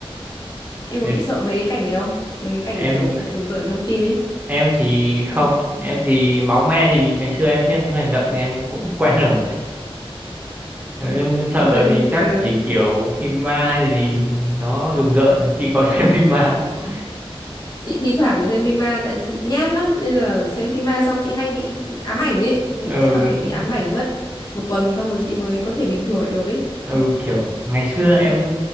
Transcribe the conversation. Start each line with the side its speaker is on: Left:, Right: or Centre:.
Left: Em
Right: thế
Left: có bị sợ mấy cái cảnh đấy không? Mấy cái
Right: em
Left: cảnh kiểu rùng rợn trong phim ấy.
Right: em thì không em thì máu me thì ngày xưa em xem phim hành động thì em cũng <laughs> quen rồi em sợ
Left: Nhưng
Right: thì chắc
Left: mà ừ.
Right: chỉ kiểu phim ma hay gì nó rùng rợn thôi. chị có <laughs> xem phim ma không
Left: chị thi thoảng mới xem phim ma tại chị nhát lắm nên là xem phim ma xong chị hay bị ám ảnh ấy bị
Right: ừ,
Left: chắc là phải bị ám ảnh mất một tuần xong rồi chị mới có thể bình thường lại được ấy
Right: ừ kiểu ngày xưa em